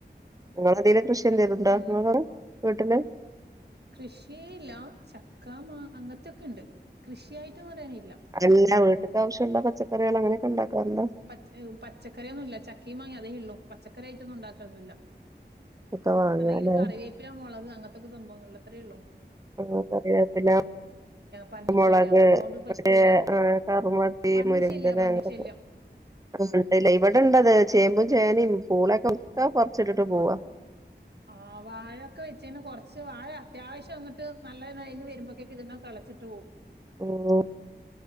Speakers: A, on the right; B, on the right.
A: നിങ്ങളെന്തേലും കൃഷി എന്തേലും ണ്ടോ
B: ഉം
A: നിങ്ങളെ വീട്ടില്?
B: കൃഷി ല്ലാ ചക്ക മാ അങ്ങൻത്തെക്കെ ഇണ്ട് കൃഷിയായിട്ട് ന്ന് പറയാനില്ല.
A: എല്ല, വീട്ട്ക്കാവശ്യള്ള പച്ചറികൾ അങ്ങനെയൊക്കെ ഇണ്ടാക്കാറുണ്ടോ?
B: പച്ച ഏഹ് പച്ചക്കറിയൊന്നും ഇല്ല ചക്കിം മാങ്ങിം അതേ ഉള്ളൂ പച്ചക്കറിയിട്ടൊന്നും ഉണ്ടാക്കൊന്നില്ല.
A: ഒക്കെ വാങ്ങാല്ലേ
B: അന്തെങ്കില് കറിവേപ്പിലാ മുളക് അങ്ങത്തൊക്ക സംഭവങ്ങളള്ള അത്രേ ഉള്ളു.
A: ഓഹ് കറിവേപ്പില <unintelligible>
B: പന്നിശല്യ
A: മുളക്
B: അതുകൊണ്ട് പറ്റില്ല
A: <unintelligible> ആഹ് കറു <unintelligible>
B: പന്നിശല്യ
A: മുരിങ്ങൻ്റെല
B: പന്നിശല്യം
A: അങ്ങനൊക്കെ ഇണ്ടല്ലേ ഇവിടെ ഇണ്ടത് ചേമ്പും ചേനയും പൂളൊക്കെ ഒക്കെ പറിച്ചിട്ട് പോവാ
B: ആഹ് വാഴൊക്കെ വെച്ചേന്ന് കൊറച്ച് വാഴ അത്യാവശ്യം അങ്ങിട്ട് നല്ലതിന്ന് വരുമ്പോക്കെക്കെ ഇതിങ്ങ കെളച്ചിട്ട് പോവും
A: ഓഹ്